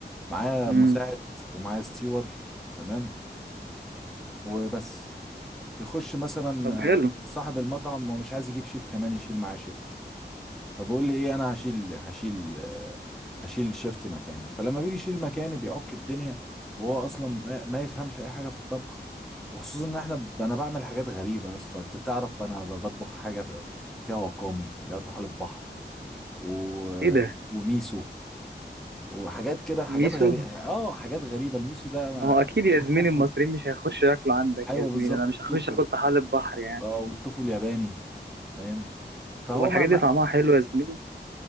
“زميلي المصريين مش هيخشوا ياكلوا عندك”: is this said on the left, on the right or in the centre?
Right